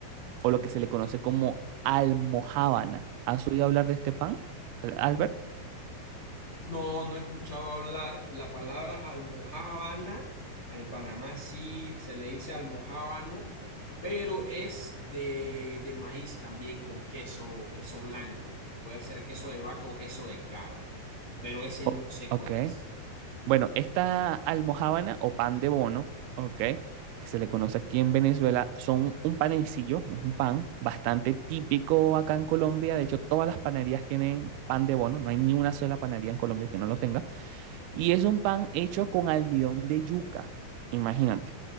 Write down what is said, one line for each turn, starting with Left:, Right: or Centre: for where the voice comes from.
Right: o lo que se le conoce como almojábana. ¿Has oído hablar de este pan, Al- Albert?
Left: No, no he escuchado hablar la palabra almojábana. En Panamá sí se le dice almojábano, pero es de, de maíz también con queso, queso blanco. Puede ser queso de vaca o queso de cabra, pero ese
Right: O-
Left: no sé
Right: ok.
Left: cuál es.
Right: Bueno, esta almojábana o pan de bono, ¿ok? Que se le conoce aquí en Venezuela, son un panecillo, es un pan bastante típico acá en Colombia. De hecho, todas las panaderías tienen pan de bono, no hay ni una sola panadería en Colombia que no lo tenga. Y es un pan hecho con almidón de yuca, imagínate.